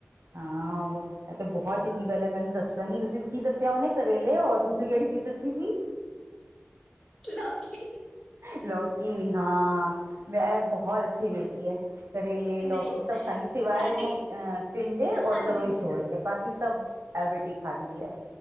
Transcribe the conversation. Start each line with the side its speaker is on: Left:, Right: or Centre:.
Right: ਹਾਂ, ਇਹ ਤਾਂ ਬਹੁਤ ਚੰਗੀ
Left: ਹਾਂ
Right: ਗੱਲ ਐ ਮੈਨੂੰ ਦੱਸਾਂਗੀ ਤੁਸੀਂ ਕੀ ਦੱਸਿਆ ਹੁਣੇ ਕਰੇਲੇ ਔਰ, ਤੁਸੀਂ ਕਿਹੜੀ ਚੀਜ਼ ਸੀ
Left: ਲੌਕੀ।
Right: ਲੌਕੀ ਵੀ ਹਾਂ ਵੈਸੇ ਬਹੁਤ ਅੱਛੀ ਬੇਟੀ ਐ। ਕਰੇਲੇ ਲੌਕੀ
Left: ਨਹੀਂ
Right: ਸਭ ਖਾਂਦੀ ਸਿਵਾਏ
Left: ਸਾਡੀ
Right: ਉਹਨੂੰ ਅਹ ਟਿੰਡੇ ਔਰ
Left: ਹਾਂਜੀ
Right: ਤਰੋਈ ਛੋੜ ਕੇ। ਬਾਕੀ ਸਭ ਏ ਬੇਟੀ ਖਾਂਦੀ ਐ